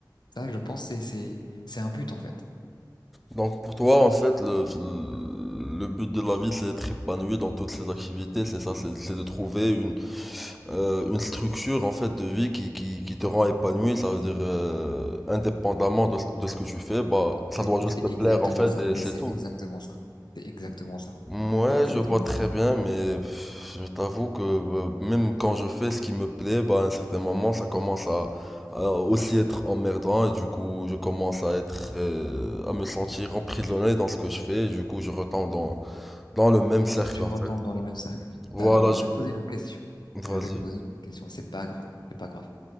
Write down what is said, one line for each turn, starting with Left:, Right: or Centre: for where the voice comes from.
Left: Ça, je pense, c'est, c'est, c'est un but, en fait.
Centre: Donc pour toi, en fait, le, le but de la vie, c'est d'être épanoui dans toutes ses activités, c'est ça, c'est c'est de trouver une, euh, une structure, en fait, de vie qui, qui, qui te rend épanoui, ça veut dire, euh, indépendamment de, ce de ce que tu fais, bah, ça
Left: C'est
Centre: doit juste
Left: c'est
Centre: te
Left: exactement
Centre: plaire, en fait,
Left: ça.
Centre: et
Left: Mais
Centre: c'est
Left: c'est
Centre: tout.
Left: exactement ça. C'est exactement ça.
Centre: Ouais,
Left: C'est exactement
Centre: je vois très
Left: ça.
Centre: bien, mais pff, je t'avoue que euh, même quand je fais ce qui me plaît, bah, à un certain moment, ça commence à, à aussi être emmerdant et du coup, je commence à être, euh, à me sentir emprisonné dans ce que je fais et du coup, je retombe dans, dans le même cercle,
Left: Tu
Centre: en
Left: retombes
Centre: fait.
Left: dans le même cercle.
Centre: Voilà,
Left: D'accord.
Centre: je...
Left: Je vais te poser une question.
Centre: vas-y.
Left: Je vais te poser une question. C'est pas grave. C'est pas grave.